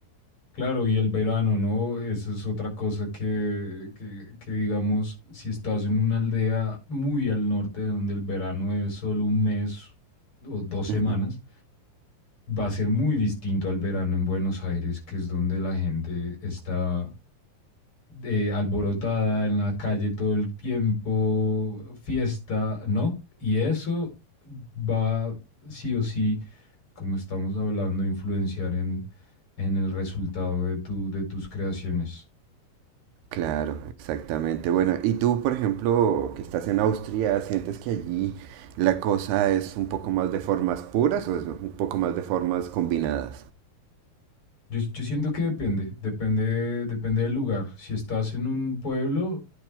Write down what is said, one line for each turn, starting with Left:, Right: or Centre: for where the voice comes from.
Left: Claro, y el verano, ¿no? Eso es otra cosa que, que, que, digamos, si estás en una aldea muy al norte, donde el verano es solo un mes o dos semanas,
Right: Ujú.
Left: va a ser muy distinto al verano en Buenos Aires, que es donde la gente está eh, alborotada en la calle todo el tiempo, fiesta, ¿no? Y eso va sí o sí, como estamos hablando, a influenciar en, en el resultado de, tu, de tus creaciones.
Right: Claro, exactamente. Bueno, y tú, por ejemplo, que estás en Austria, ¿sientes que allí la cosa es un poco más de formas puras o es un poco más de formas combinadas?
Left: Yo, yo siento que depende, depende, depende del lugar. Si estás en un pueblo,